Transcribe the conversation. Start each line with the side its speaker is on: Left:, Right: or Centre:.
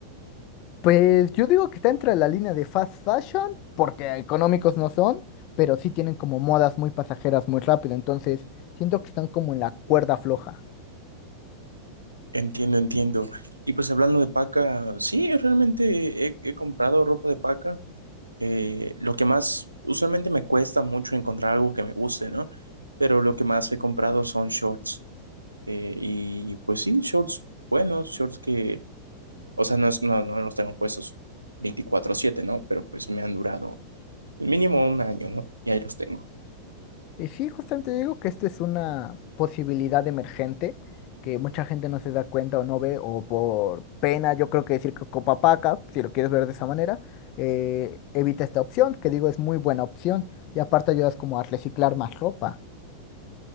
Left: Pues yo digo que está entre la línea de fast fashion, porque económicos no son, pero sí tienen como modas muy pasajeras muy rápido, entonces siento que están como en la cuerda floja.
Right: Entiendo, entiendo. Y pues hablando de paca, sí, realmente he, he comprado ropa de paca. Eh, lo que más, usualmente me cuesta mucho encontrar algo que me guste, ¿no? Pero lo que más he comprado son shorts. Eh, y pues sí, shorts buenos, shorts que, o sea, no, es- no, no los tengo puestos 24/7, ¿no? Pero pues me han durado mínimo un año, ¿no? Y ahí los tengo.
Left: Y sí, justamente digo que esto es una posibilidad emergente que mucha gente no se da cuenta o no ve, o por pena, yo creo que decir que Copapaca, si lo quieres ver de esa manera, eh, evita esta opción, que digo es muy buena opción, y aparte ayudas como a reciclar más ropa.